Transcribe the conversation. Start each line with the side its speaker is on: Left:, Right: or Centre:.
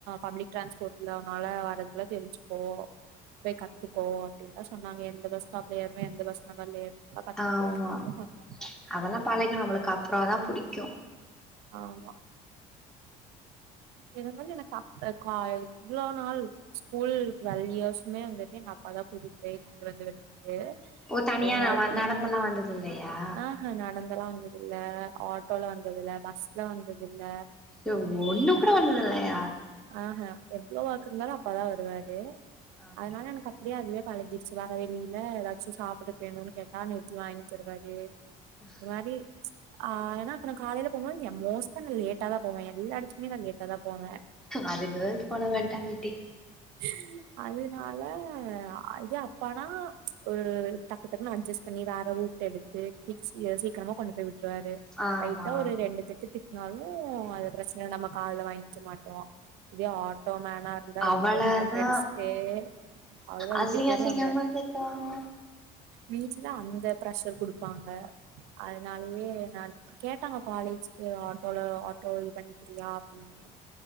Right: பப்ளிக் டிரான்ஸ்போர்ட்ல உன்னால வர்றதுக்குல்லா தெரிஞ்சுக்கோ போய் கத்துக்கோ அப்டின்லா சொன்னாங்க எந்த பஸ் ஸ்டாப்ல ஏறனு எந்த பஸ் நம்பர்ல ஏறனுலா கத்து
Centre: ஆமா
Right: ஓகேன்தா சொன்னாங்க
Centre: அதெல்லா பழகிடு நம்மளுக்கு அப்றோ அதா புடிக்கு
Right: ஆமா இனிமேல் எனக்கு அப்ப கா இவ்ளோ நாள் ஸ்கூல் டுவெல்வ் இயர்ஸ்மே வந்துட்டு எங்க அப்பா தா கூட்டிட்டு போய் கொண்டு வந்து விடுவாரு
Centre: ஓ தனியா
Right: ஒரு நாள்
Centre: நா வ
Right: கூட
Centre: நடந்தெல்லா வந்தது இல்லயா
Right: ஆஹ்ஹ நடந்தலா வந்து இல்ல ஆட்டோல வந்ததில்ல பஸ்ல வந்ததில்ல
Centre: ச்ச ஒண்ணு கூட வந்ததில்லையா
Right: ஆஹ்ஹ எவ்ளோ ஒஃக்கு இருந்தாலு அப்பாதா வருவாரு
Centre: ஓகே
Right: அதனால
Centre: ஓகே
Right: எனக்கு அப்டியே அதுவே பழகிடுச்சு வரவெளில எதாச்சு சாப்ட்றக் வேணுனு கேட்டா நிறித்தி வாங்கி தருவாரு
Centre: ம்
Right: ஒரு மாரி ஆ எனா இப்ப நா காலைல போனா என் மோஸ்டா நா லேட்டாதா போவ எல்லா எடத்துகுமே நா லேட்டா தா போவ
Centre: அது கேல்ஸ் போல மெண்டாலிட்டி
Right: <unintelligible> அதுனால இதே அப்பானா ஒரு டக்குடக்குன்னு அட்ஜஸ்ட் பண்ணி வேற ரூட் எடுத் து டிக்ஸ் சீக்கிரமா கொண்டு போய் விட் ருவாரு
Centre: ஆமா
Right: லைட்டா ஒரு ரெண்டு திட்டு திட்னாலு அது பிரச்சன இல் நம்ம காதுல வாங்க்க மாட்டோ இதே ஆட்டோமேனா இருந்த
Centre: அவ்வளதா
Right: வந்து ஹாரன் அடிச்ட்டே அவ்ளோ தா
Centre: அசிங்க
Right: விட்டுட்டு போய்டுவாங்க
Centre: அசிங்கமா திட்டுவாங்க
Right: வீட்ல தா அந்த பிரஷர் குடுப்பாங்க அதனாலயே நான் கேட்டாங்க காலேஜ்க்கு ஆட்டோல ஆட்டோ இவன்கில்லையா அப்டின்னு